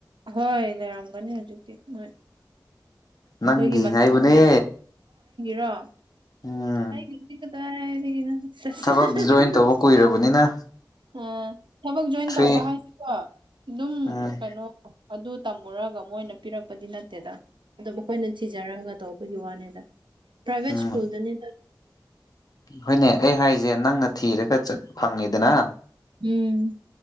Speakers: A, on the right (about 80°); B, on the left (about 50°).
A: ꯍꯣꯏ ꯂꯩꯔꯝꯒꯅꯤ ꯍꯧꯖꯤꯛꯇꯤ ꯍꯣꯏ ꯑꯩꯈꯣꯏꯒꯤ
B: ꯅꯪꯒꯤ
A: ꯃꯇꯝꯗꯗꯤ
B: ꯍꯥꯏꯕꯅꯦ
A: ꯔꯣ
B: ꯎꯝ
A: ꯑꯩ ꯀꯗꯥꯏ ꯍꯥꯏꯔꯤ <unintelligible>
B: ꯊꯕꯛ ꯖꯣꯏꯟ ꯇꯧꯕ ꯀꯨꯏꯔꯕꯅꯤꯅ
A: ꯊꯕꯛ ꯖꯣꯏꯟ
B: ꯊ꯭ꯔꯤ
A: ꯇꯧꯕ ꯍꯥꯏꯁꯤꯀꯣ ꯑꯗꯨꯝ
B: ꯎꯝ
A: ꯀꯩꯅꯣ ꯑꯗꯨ ꯇꯝꯃꯨꯔꯒ ꯃꯣꯏꯅ ꯄꯤꯔꯛꯄꯗꯤ ꯅꯠꯇꯦꯗ ꯑꯣ ꯃꯈꯣꯏꯅ ꯊꯤꯖꯔꯛꯒ ꯇꯧꯕꯒꯤ ꯋꯥꯅꯤꯗ ꯄ꯭ꯔꯥꯏꯕꯦꯠ
B: ꯎꯝ
A: ꯁꯀꯨꯜꯗꯅꯦ
B: ꯍꯣꯏꯅꯦ ꯑꯩ ꯍꯥꯏꯁꯦ ꯅꯪꯅ ꯊꯤꯔꯒꯠ ꯐꯪꯉꯤꯗꯅ
A: ꯎꯝ